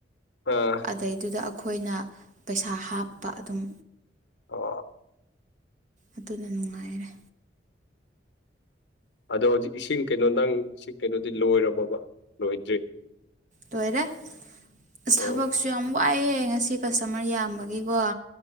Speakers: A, on the left; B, on the right.
A: ꯑꯥ
B: ꯑꯗꯩꯗꯨꯗ ꯑꯩꯈꯣꯏꯅ ꯄꯩꯁꯥ ꯍꯥꯞꯄ ꯑꯗꯨꯝ
A: ꯑ
B: ꯑꯗꯨꯅ ꯅꯨꯡꯉꯥꯏꯔꯦ
A: ꯑꯗꯣ ꯍꯧꯖꯤꯛ ꯏꯁꯤꯡ ꯀꯩꯅꯣ ꯅꯪ ꯀꯩꯅꯣꯗꯤ ꯂꯣꯏꯔꯕꯕ ꯂꯣꯏꯗ꯭ꯔꯤ
B: ꯂꯣꯏꯔꯦ ꯑꯁ
A: ꯑꯣ
B: ꯊꯕꯛꯁꯨ ꯌꯥꯝ ꯋꯥꯏꯑꯦ ꯑꯩ ꯉꯁꯤ ꯀꯁꯇꯃꯔ ꯌꯥꯝꯕꯒꯤꯀꯣ